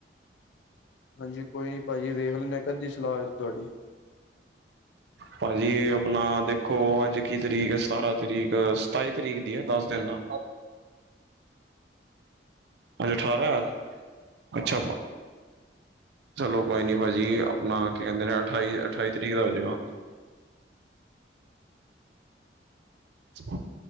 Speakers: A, on the left; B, on the right.
A: ਹਾਂਜੀ, ਕੋਈ ਨੀ ਭਾਜੀ ਵੇਖ ਲ ਕੱਦੀ ਸਲਾਹ ਤੁਹਾਡੀ।
B: ਭਾਜੀ ਆਪਣਾ ਦੇਖੋ ਅੱਜ ਕੀ ਤਰੀਕ ਹੈ ਸਤਾਰਾਂ ਤਰੀਕ ਸਤਾਈ ਤਰੀਕ ਦੀ ਹੈ ਦਸ ਦਿਨ ਦਾ। ਅੱਜਾ ਅਠਾਰਾਂ ਅੱਛਾ। ਚਲੋ ਕੋਈ ਨੀ ਭਾਜੀ, ਆਪਣਾ ਕੀ ਕਹਿੰਦੇ ਨੇ ਅਠਾਈ ਅਠਾਈ ਤਰੀਕ ਦਾ ਹੋ ਜਾਏਗਾ। ਹ